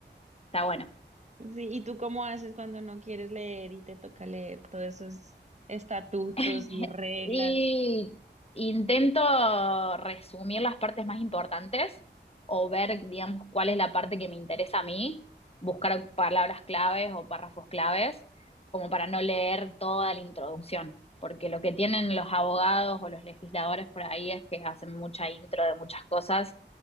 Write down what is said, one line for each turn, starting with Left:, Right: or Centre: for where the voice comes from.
Left: está bueno.
Right: ¿y tú cómo haces cuando no quieres leer y te toca leer todos esos estatutos
Left: <laughs>
Right: y reglas?
Left: Y intento resumir las partes más importantes o ver, digamos, cuál es la parte que me interesa a mí, buscar palabras claves o párrafos claves, como para no leer toda la introducción, porque lo que tienen los abogados o los legisladores por ahí es que hacen mucha intro de muchas cosas